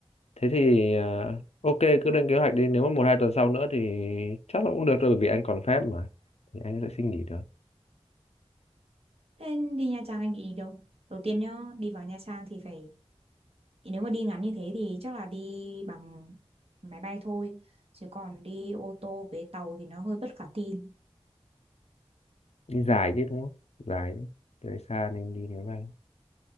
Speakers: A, on the left; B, on the right.
A: Thế thì ờ, ok cứ lên kế hoạch đi, nếu mà một hai tuần sau nữa thì chắc là cũng được rồi bởi vì anh còn phép mà. Thì anh sẽ xin nghỉ được.
B: thế đi Nha Trang anh định đi đâu đầu tiên nhá đi vào Nha Trang thì phải nếu mà đi ngắn như thế thì chắc là đi bằng máy bay thôi chứ còn đi ô tô với tàu thì nó hơi bất khả thi
A: Đi dài chứ đúng không? Dài chứ. Tới xa nên đi máy bay.